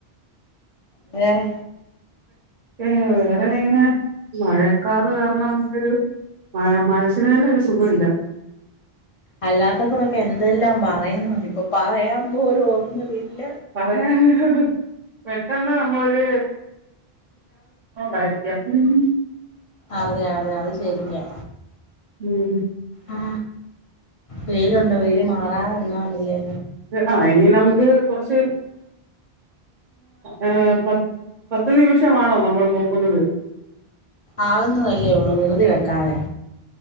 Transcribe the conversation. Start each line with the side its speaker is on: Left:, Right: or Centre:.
Left: വേറെ
Right: ഏ വേറെ ഇങ്ങനെ മഴക്കാറ് കാരണം അങ്ങനെരു മ മന നസ്സിന് തന്നെ ഒരു സുഖ ഇല്ല
Left: അല്ലാത്തപ്പോഴൊക്കെ എന്തെല്ലാം പറയുന്നു ഇപ്പൊ പറയാൻ പോലും ഒന്നുവില്ല
Right: പറയാന് ഒരു പെട്ടെന്ന് നമ്മൊരു ായിരിക്കയ ഉ <unintelligible>
Left: അതെ അതെ അത് ശരിയ
Right: ഉം
Left: ആ വെയിലുണ്ട് വെയില് മാറാതിരുന്ന മതിയെ
Right: ആഹ ഇനി നമുക്ക് കൊറച്ച് ആആ പ പത്ത് നിമിഷമാണോ നമ്മൾ നോക്കുന്നത്
Left: ആകുന്നതല്ലേ ഉള്ളൂ ദിറുതി വെക്കാതെ